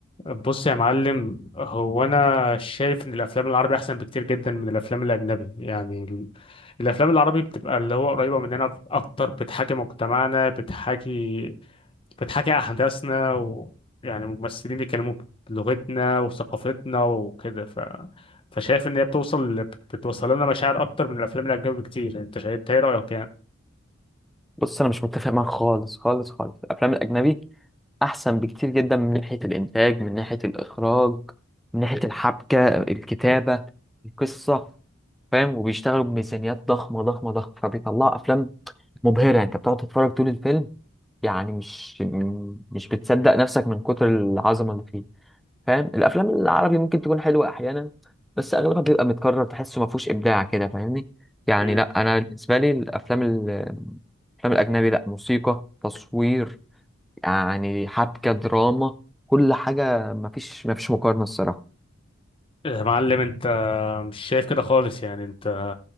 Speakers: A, on the left; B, in the centre.
A: بص يا معلم هو انا شايف ان الافلام العربي احسن بكتير جدا من الافلام الاجنبي يعني ال- الافلام العربي بتبقى اللي هو قريبه مننا اكتر بتحاكي مجتمعنا بتحاكي بتحاكي احداثنا و... يعني الممثلين بيتكلموا بلغتنا وثقافتنا وكده ف... فشايف ان هي بتوصل بتوصل لنا مشاعر اكتر من الافلام الاجنبي بكتير انت شايف إنت ايه رايك يعني
B: بص انا مش متفق معاك خالص خالص خالص الافلام الاجنبي احسن بكتير جدا من ناحيه الانتاج من ناحيه الاخراج من ناحيه الحبكه الكتابه القصه فاهم وبيشتغلوا بميزانيات ضخمه ضخمه ضخمه فبيطلعوا افلام مبهره انت بتقعد تتفرج طول الفيلم يعني مش م- مش بتصدق نفسك من كتر العظمه اللي فيه فاهم الافلام العربي ممكن تكون حلوه احيانا بس اغلبها بيبقى متكرر تحسه ما فيهوش ابداع كده فاهمني يعني
A: مم.
B: لا انا بالنسبه لي الافلام ال- الافلام الاجنبي لا موسيقى تصوير يعني حبكه دراما كل حاجه ما فيش ما فيش مقارنه الصراحه
A: يا معلم انت مش شايف كده خالص يعني انت